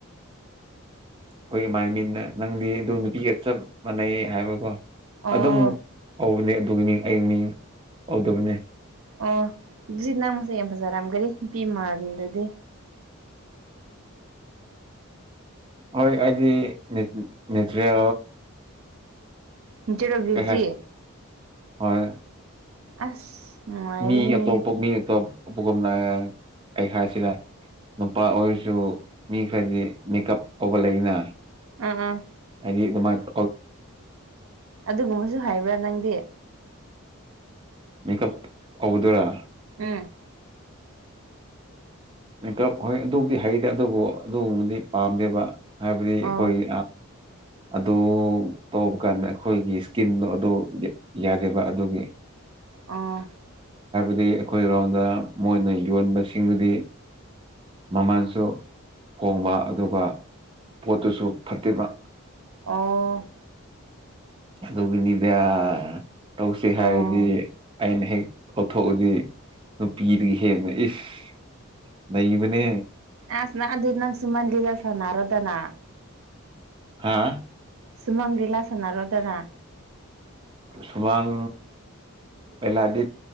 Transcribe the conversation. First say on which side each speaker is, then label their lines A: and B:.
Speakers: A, on the right (about 25°); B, on the right (about 75°).
A: ꯑꯩꯈꯣꯏ ꯏꯃꯥꯟꯅꯤꯅ ꯅꯪꯗꯤ ꯑꯗꯨ ꯅꯨꯄꯤꯒ ꯆꯞ ꯃꯥꯟꯅꯩ ꯍꯥꯏꯕꯀꯣ
B: ꯑꯣ
A: ꯑꯗꯨꯝꯛ ꯍꯧꯕꯅꯦ ꯑꯗꯨꯒꯤ ꯃꯤ ꯑꯩꯌꯦꯡ ꯃꯤꯡ ꯍꯧꯗꯕꯅꯦ
B: ꯑꯣ ꯁꯤ ꯅꯪ ꯃꯁ ꯌꯥ ꯐꯖꯖꯔꯝ ꯀꯔꯤ ꯅꯨꯄꯤ ꯃꯥꯜꯂꯥꯗꯤ
A: ꯍꯣꯏ ꯑꯩꯗꯤ ꯅꯦꯇ꯭ꯔ
B: ꯅꯦꯆꯔ ꯑꯣꯐ ꯕ꯭ꯌꯨꯇꯤ
A: ꯍꯣꯏ ꯍꯣꯏ
B: ꯑꯁ ꯅꯨꯡꯉꯥꯏꯔꯦꯅꯦ
A: ꯃꯤ ꯑꯇꯣꯞꯄ ꯃꯤ ꯑꯇꯣꯞꯄꯒꯨꯝꯅ ꯑꯩ ꯍꯥꯏꯁꯤꯔ ꯅꯨꯄꯥ ꯑꯣꯏꯔꯁꯨ ꯃꯤ ꯈꯔꯗꯤ ꯃꯦꯀꯞ ꯀꯧꯕꯧꯕ ꯂꯩꯅ
B: ꯑ ꯑꯥ
A: ꯏꯅꯤ ꯏ ꯑꯗꯨ ꯃꯥꯗꯦ
B: ꯑꯗꯨꯒꯨꯝꯕꯁꯨ ꯍꯥꯏꯕ꯭ꯔꯥ ꯅꯪꯗꯤ
A: ꯃꯦꯀꯞ ꯐꯗꯣꯏꯔꯥ
B: ꯎꯝ
A: ꯀꯞ ꯍꯣꯏ ꯑꯗꯨꯕꯨꯗꯤ ꯍꯩꯗꯦ ꯑꯗꯨꯕꯨ ꯑꯗꯨꯒꯨꯝꯕꯗꯤ ꯄꯥꯝꯗꯦꯕ ꯍꯥꯏꯕꯗꯤ ꯑꯩꯈꯣꯏꯒꯤ
B: ꯑꯣ
A: ꯑꯗꯨ ꯇꯧꯕ ꯀꯥꯟꯗ ꯑꯩꯈꯣꯏꯒꯤ ꯏꯁꯀꯤꯟꯗꯣ ꯑꯗꯨ ꯌꯥꯗꯦꯕ ꯑꯗꯨꯒꯤ
B: ꯑ
A: ꯑꯗꯨꯗꯤ ꯑꯩꯈꯣꯏ ꯔꯒꯥꯎꯟꯗ ꯃꯣꯏꯅ ꯌꯣꯟꯕꯁꯤꯡꯗꯨꯗꯤ ꯃꯃꯜꯁꯨ ꯍꯣꯡꯕ ꯑꯗꯨꯒ ꯄꯣꯠꯇꯨꯁꯨ ꯐꯠꯇꯦꯕ
B: ꯑꯣ
A: ꯑꯗꯨꯒꯤꯅꯤꯗ ꯇꯧꯁꯤ
B: ꯑꯣ
A: ꯍꯥꯏꯔꯗꯤ ꯑꯩꯅ ꯍꯦꯛ ꯄꯣꯠꯊꯣꯛꯑꯗꯤ ꯅꯨꯄꯤꯗꯨꯒꯤ ꯍꯦꯟꯅ ꯏꯁ ꯅꯩꯕꯅꯦ
B: ꯑꯁꯅꯗꯗ ꯅꯪ ꯁꯨꯃꯟ ꯂꯤꯒ ꯁꯅꯔꯗꯅꯥ
A: ꯍꯥꯥ
B: ꯁꯨꯃꯥꯡ ꯂꯤꯂꯥꯁꯅꯔꯣ ꯇꯔꯥ
A: ꯁꯨꯃꯥꯡ ꯃꯂꯗꯤ